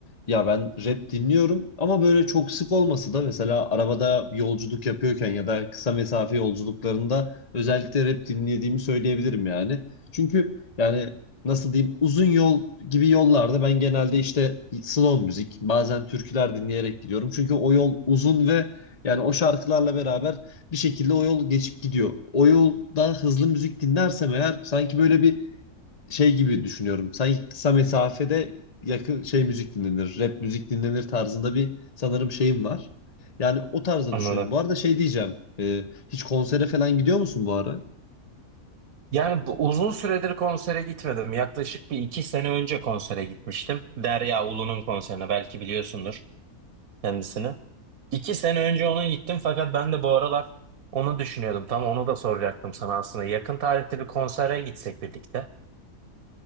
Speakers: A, on the left; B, on the right.
A: Ya ben rap dinliyorum ama böyle çok sık olması da mesela arabada bir yolculuk yapıyorken ya da kısa mesafe yolculuklarında özellikle rap dinlediğimi söyleyebilirim yani. Çünkü yani nasıl diyeyim uzun yol gibi yollarda ben genelde işte slow müzik bazen türküler dinleyerek gidiyorum. Çünkü o yol uzun ve yani o şarkılarla beraber bir şekilde o yol geçip gidiyor. O yolda hızlı müzik dinlersem eğer sanki böyle bir şey gibi düşünüyorum. Sanki kısa mesafede yakın şey müzik dinlenir, rap müzik dinlenir tarzında bir sanırım şeyim var. Yani o tarzda
B: Anladım.
A: düşünüyorum. Bu arada şey diyeceğim. e, hiç konsere falan gidiyor musun bu ara?
B: Yani bu uzun süredir konsere gitmedim. Yaklaşık bir iki sene önce konsere gitmiştim. Derya Ulu'nun konserine belki biliyorsundur kendisini. İki sene önce ona gittim fakat ben de bu aralar onu düşünüyordum. Tam onu da soracaktım sana aslında. Yakın tarihte bir konsere gitsek birlikte.